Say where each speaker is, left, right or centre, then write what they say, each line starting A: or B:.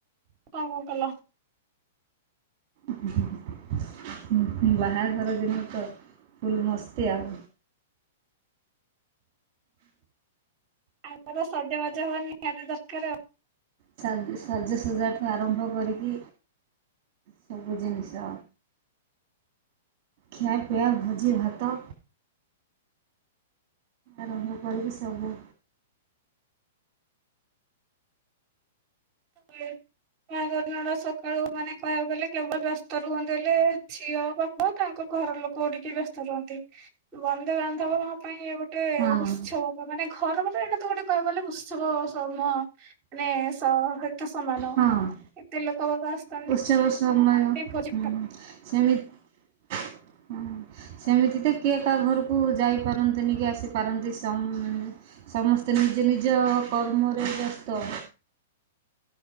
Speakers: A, on the right; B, on the right.
A: କଣ କଣ କଲ?
B: ଉଁ-ହୁଁ-ହୁଁ-ଉଁ ବାହାଘର ଦିନ ତ ଫୁଲ ମସ୍ତି ଆଉ।
A: ଆମର ସଜବାଜ ହବା ନିହାତି ଦରକାର ଆଉ।
B: ସାଜ୍ ସାଜସଜ୍ଜାଠୁ ଆରମ୍ଭ କରିକି ସବୁ ଜିନିଷ। ଖିଆପିଆ, ଭୋଜିଭାତ ଆରମ୍ଭ କରିକି ସବୁ
A: ହୁଏ। ବାହାଘର ଦିନଟା ସକାଳୁ ମାନେ କହିଆକୁ ଗଲେ କେବଳ ବ୍ୟସ୍ତ ରୁହନ୍ତି ବଲେ ଝିଅ ବାପ, ତାଙ୍କ ଘର ଲୋକ ଟିକେ ବ୍ୟସ୍ତ ରୁହନ୍ତି। ବନ୍ଧୁବାନ୍ଧବଙ୍କ ପାଇଁ ଗୋଟେ
B: ହଁ
A: ଉତ୍ସବକ। ମାନେ ଘର ମାନେ ଏଇଟା ତ ଗୋଟେ କହିଆକୁ ଗଲେ ଉତ୍ସ ଉତ୍ସବ ସମୂହ। ମାନେ ସ ହେ ସମାନ।
B: ହଁ
A: ଏତେ ଲୋକବାକ ଆସିଥାନ୍ତି
B: ଉତ୍ସବ ସମୟ
A: ଭୋଜି
B: ସେମିତି ହଁ ସେମିତି ତ କିଏ କାହା ଘରକୁ ଯାଇପାରନ୍ତିନି କି ଆସିପାରନ୍ତି ସମସ୍ତେ ନିଜ ନିଜ କର୍ମରେ ବ୍ୟସ୍ତ